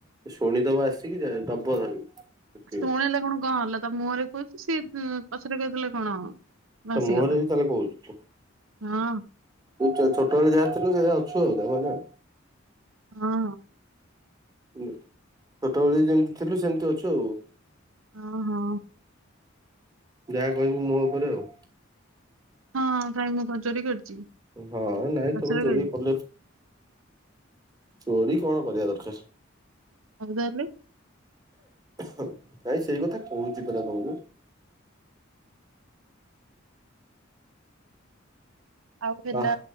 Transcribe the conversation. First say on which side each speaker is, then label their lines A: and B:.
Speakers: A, on the right (about 20°); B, on the right (about 85°).
A: ଶୁଣିଦବ ଆସିକି ଯ ଦବ ଧରିକି। ପିଟିବ
B: ଶୁଣିଲେ କଣ, କଣ ହେଲା? ତା ମୁହଁରେ କହୁଛି ସିଏ ପଛରେ କହିଦେଲେ କଣ? ଭାସିଗଲା
A: ତା ମୁହଁରେ ବି ତାହେଲେ କହୁଛୁ।
B: ହଁ
A: ଛୋଟବେେଳେ ଯାହା ଥିଲୁ, ସେଇଆ ଅଛୁ, ଆଉ ତାମାନେ
B: ହଁ।
A: ଛୋଟବେଳେ ଯେମିତି ଥିଲୁ, ସେମିତି ଅଛୁ ଆଉ
B: ହଁ, ହଁ
A: ଯାହା କହିବୁ ମୁହଁ ଉପରେ ଆଉ
B: ହଁ। କାଇଁ ମୁଁ କଣ ଚୋରି କରିଛି କି,
A: ହଁ ନାଇଁ
B: ପଛରେ
A: ତମେ ଚୋରି
B: କହିବି।
A: କଲେ ଚୋରି କଣ କରିବା ଦରକାର।
B: ମଗଦାରିଲ <unintelligible>
A: ହ, ନାଇଁ ସେଇ କଥା କହୁଛି ପରା ତମକୁ
B: ଆଉ ହେଲା,
A: ଆ